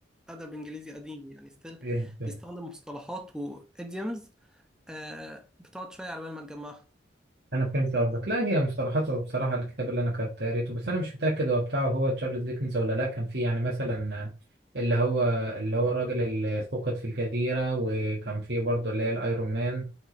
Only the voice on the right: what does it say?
أه
انا فهمت قصدك لا هي مصطلحاته بصراحه الكتاب اللي انا كنت قريته بس انا مش متاكد هو بتاعه هو تشارلز ديكنز ولا لا كان فيه يعني مثلا اللي هو اللي هو الراجل اللي فقد في الجزيره وكان فيه برضه اللي هي الايرون مان